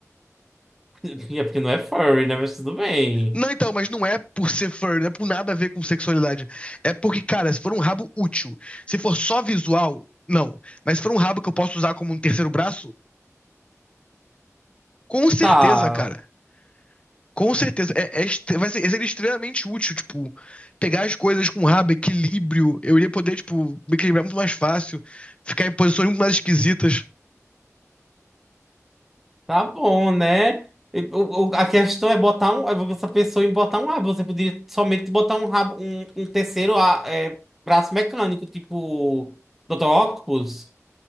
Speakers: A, in the centre; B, on the left (about 20°).
A: <laughs> É porque não é furry, né? Mas tudo bem.
B: Não, então, mas não é por ser fur, não é por nada a ver com sexualidade. É porque, cara, se for um rabo útil, se for só visual, não. Mas se for um rabo que eu posso usar como um terceiro braço, com certeza,
A: Tá.
B: cara. Com certeza. É, é este- vai ser, vai ser extremamente útil, tipo, pegar as coisas com rabo, equilíbrio. Eu iria poder, tipo, me equilibrar muito mais fácil, ficar em posições muito mais esquisitas.
A: Tá bom, né? E o- o- A questão é botar um, essa pessoa em botar um rabo. Você poderia somente botar um rabo, um, um terceiro a é, braço mecânico, tipo Dr. Octopus.